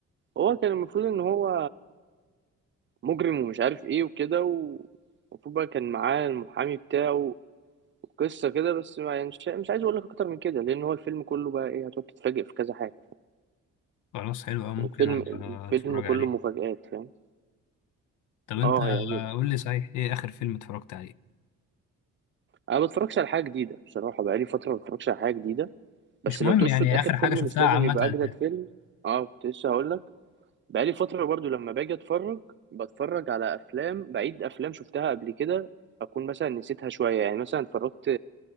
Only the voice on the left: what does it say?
خلاص حلو قوي ممكن
أبقى
اتفرج
عليه
طب انت
آه، قول لي صحيح ايه اخر فيلم اتفرجت عليه
مش
مهم
يعني
اخر
حاجه شفتها
عامه
يعني.